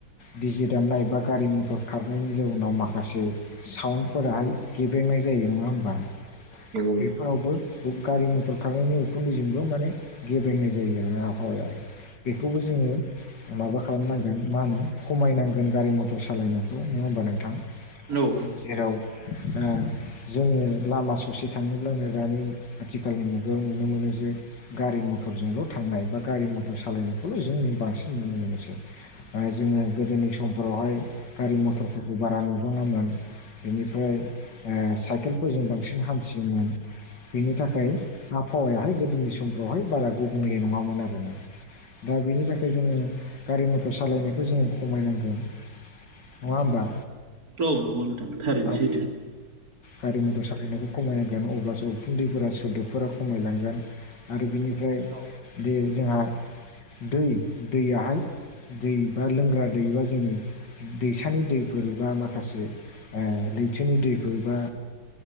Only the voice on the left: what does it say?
डिजे दामनाय बा गारि मथर खारनायनि जाउनाव माखासे साउन्दफोराहाय गेब्रेंनाय जायो नङा होमबा
बेफोरावबो
बे गारि मथर खालामनायनि उखुन्दैजोंबो माने गेब्रेंनाय जायो आरो ना आबहावाया। बेखौबो जोङो माबा खालामनांगोन मा होनो खमायनांगोन गारि मथर सालायनायखौ नङा होमबा नोंथां?
जेराव ओ जोङो लामा ससे थाङोब्लानो दानि आथिखालनि मुगायाव नुनो मोनो जे गारि मथरजोंल' थांनाय बा गारि मथर सालायनायखौल' जों बांसिन नुनो मोनोसै। जोङो गोदोनि समफोरावहाय गारि मथरफोरखौ बारा नुुबाङामोन बेनिफ्राय ओमफ्राय ओ साइकेलफोरजों बांसिन हानथियोमोन। बेनि थाखाय आबहावायाहाय गोदोनि समफ्रावहाय बारा गुबुंले नङामोन आरो। दा बेनि थाखाय जोङो गारि मथर सालायनायखौ जोङो खमायनांगोन। नङा होमबा?
औ गारि मथर सालायनायखौ खमायनांगोन अब्लासो उखुन्दैफोरा सोदोबफोरा खमायलांगोन आरो बिनिफ्राय
बे जोंहा दै दैयाहाय दै बा लोंग्रा दैबा जोंनि दैसानि दैफोर बा माखासे ओ लैथोनि दैफोर बा